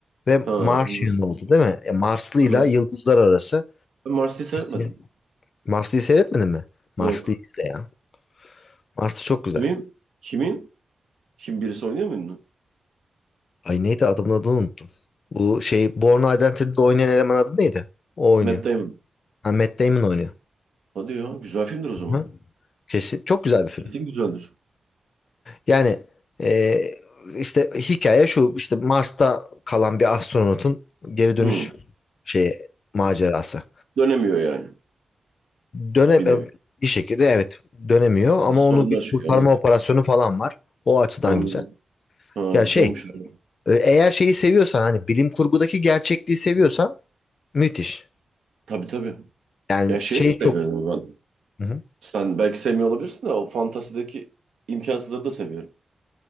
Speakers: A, on the left (about 50°); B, on the right (about 80°).
A: Ve
B: Ha,
A: Martian
B: Yıldız.
A: oldu değil mi? E, Marslı'yla
B: Aha.
A: Yıldızlar Arası.
B: Ben Mars'ı seyretmedim.
A: E, Marslı'yı seyretmedin mi? Marslı'yı
B: Yok.
A: izle ya. Marslı çok güzel.
B: Kimin? Kimin? Kim birisi oynuyor mu ünlü?
A: Ay neydi adamın adını unuttum. Bu şey Born Identity'de oynayan eleman adı neydi? O oynuyor.
B: Matt Damon.
A: Ha, Matt Damon oynuyor.
B: Hadi ya. Güzel filmdir o zaman.
A: Hı. Kesin. Çok güzel bir film.
B: Kesin güzeldir.
A: Yani e, işte hikaye şu işte Mars'ta kalan bir astronotun geri dönüş
B: Hı.
A: şeyi macerası.
B: Dönemiyor yani.
A: Dönem
B: Bir
A: e,
B: nevi.
A: bir şekilde evet dönemiyor
B: Ha,
A: ama
B: sorunlar
A: onu bir
B: çıkıyor.
A: kurtarma
B: Anladım.
A: operasyonu falan var. O açıdan
B: Anladım.
A: güzel.
B: Ha,
A: Ya
B: güzelmiş.
A: şey
B: abi.
A: e, eğer şeyi seviyorsan hani bilim kurgudaki gerçekliği seviyorsan müthiş.
B: Tabii tabii.
A: Yani
B: Ya şey
A: şey
B: de
A: çok
B: seviyorum ben.
A: Hı hı.
B: Sen belki sevmiyor olabilirsin de o fantazideki imkansızları da seviyorum.